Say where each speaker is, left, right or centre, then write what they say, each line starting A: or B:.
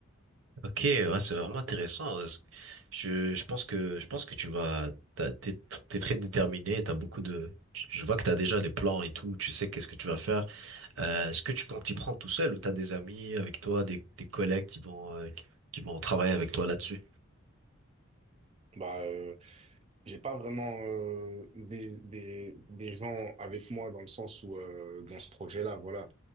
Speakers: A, on the right; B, on the right.
A: Ok, ouais, c'est vraiment intéressant. Est-ce que- Je je pense que je pense que tu vas t'as- t'es t'es très déterminé. T'as beaucoup de je je vois que t'as déjà les plans et tout. Tu sais qu'est-ce que tu vas faire. Euh, est-ce que tu comptes t'y prendre tout seul ou t'as des amis avec toi, des des collègues qui vont euh, qui qui vont travailler avec toi là-dessus?
B: Bah, euh, J'ai pas vraiment euh, des, des, des gens avec moi dans le sens où euh, dans ce projet-là, voilà,